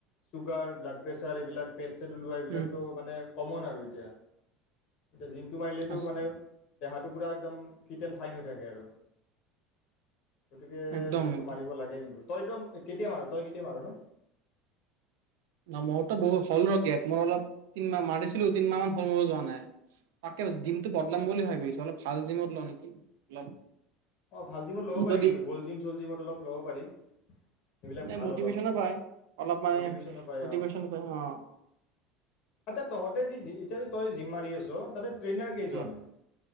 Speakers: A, on the left; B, on the right.
A: চুগাৰ ব্লাড প্ৰেছাৰ এইবিলাক পেট চেট ওলোৱা এইবিলাকতো
B: উম
A: মানে কমন আৰু এতিয়া! এতিয়া জিমটো মাৰিলেতটো
B: আছে
A: মানে, দেহাটো পুৰা একদম ফিট এণ্ড ফাইন হৈ থাকে আৰু গতিকে
B: একদম একদম
A: য লাগে কিন্তু তইতো কেতিয়া মাৰো তই কেতিয়া মাৰ ন
B: ন মইতো বহুত হ'ল ৰ গেপ, মই অলপ তিন মাহ মাৰিছিলোঁ, তিনমাহ মান হল মো যোৱা নাই, তাকে জিমটো বদলাম বুলি ভাবিছোঁ, অলপ ভাল জিমত লওঁ নেকি? অলপ
A: অ', ভাল জিমত ল'ব পাৰি
B: যদি
A: কিন্তু গল জিম চল জিমত অলপ ল'ব পাৰি। সেইবিলাক
B: মানে
A: ভাল
B: মটিভেশ্যনো
A: অলপ,
B: পায় অলপ মানে
A: মটিভেশ্যনো পাই
B: মটিভেশ্যন
A: অ'।
B: পায় অ
A: আচ্ছা তহঁতে যি এতিয়া তই জিম মাৰি আছ, তাতে ট্ৰেইনাৰ কেইজন
B: উম,